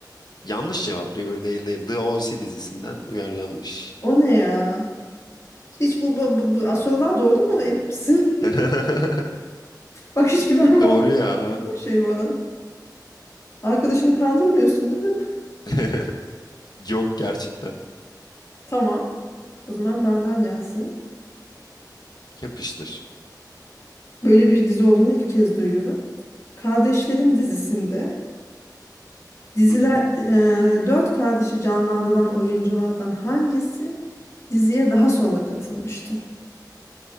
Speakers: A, on the left; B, on the left.
A: Yanlış cevap. Riverdale değil. The O.C. dizisinden uyarlanmış.
B: O ne ya? Hiç bu, bu, bu, bu sorular doğru mu? Emin misin?
A: <laughs>
B: <laughs> Bak hiç güven vermiyor
A: Doğru ya.
B: bu şey bana. Arkadaşını kandırmıyorsun değil mi?
A: <laughs> Yok gerçekten.
B: Tamam. O zaman benden gelsin.
A: Yapıştır.
B: Böyle bir dizi olduğunu ilk kez duyuyorum. Kardeşlerim dizisinde diziler
A: Hı hı.
B: e, dört kardeşi canlandıran oyunculardan hangisi diziye daha sonra katılmıştır?